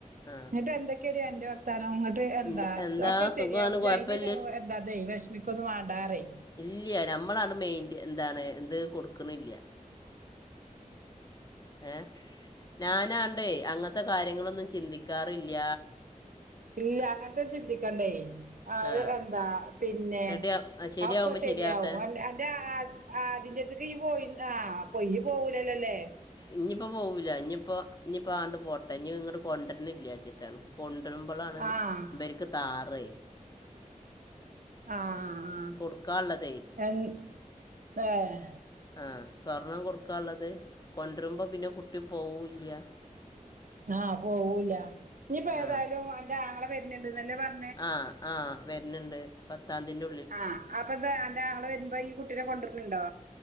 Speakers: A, on the left; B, on the right.
A: ആ
B: എന്നിട്ട് എന്തെക്കെയാടി അന്റെ വർത്താനംങ്ങട്ട് ട്ട് എന്താ
A: ഇന്റെ-
B: ഒക്കെ ശെരിയാവു
A: സുഖമാണ്
B: ഇജ്ജ്
A: കുഴപ്പമില്ല
B: അയിന് എന്താ ഇതേ വെശ്മിക്കൊന്നു വണ്ടാറീ
A: ഇല്ല നമ്മളാണ് മെയിന്റ് എന്താണ് എത് കൊടുക്കണില്ല ഏഹ് ഞാനാണ്ടേ അങ്ങൻത്തെ കാര്യങ്ങളൊന്നും ചിന്തിക്കാറില്ല
B: ഇല്ല അങ്ങൻത്തെ ചിന്തിക്കണ്ടേ അത്
A: ആ
B: എന്താ പിന്നെ
A: റെഡി ആ ശരിയാവുമ്പോൾ
B: അഒക്ക ശെരിയാവും
A: ശരിയാവട്ടെ
B: അൻ അന്റെ ആ ആതിന്റെത്തേക്ക് ഇയ്യ്‌ പോയി ആ പൊയ് ഇയ്യ്‌ പോവുലല്ലോല്ലേ
A: ഇഞ്ഞിപ്പോ പോവൂല്ല ഇഞ്പ്പൊ ഇഞ്ഞിപ്പോ ആണ്ട് പോട്ടെ ഇഞ് ഇങ്ങട്ട് കൊണ്ടാർന്നില്ലാന്ന് വെച്ട്ടാൻ കൊണ്ടരുമ്പോളാണ്
B: ആഹ്
A: ഇബര്ക്ക് താറേ
B: ആ ആ ആ
A: കൊടുക്കാനുള്ളതേ
B: എൻ ഏഹ്
A: ആഹ് സ്വർണം കൊടുക്കാള്ളത് കൊണ്ടര്മ്പോ പിന്നെ കുട്ടി പോവുല്ല
B: ആഹ് പോവൂല്ല ഇനിയിപ്പോ
A: ആ
B: ഏതായാലും അന്റാങ്ങളെ വര്ണണ്ട് ന്നല്ലേ പർ
A: ആഹ് ആഹ് വര്ണണ്ട് പത്താംതിന്റെ
B: ആഹ് അപ്പൊ എന്താ അന്റെ ആങ്ങള വരുമ്പോ ഈ കുട്ടിനെ കൊണ്ടര്ണണ്ടോ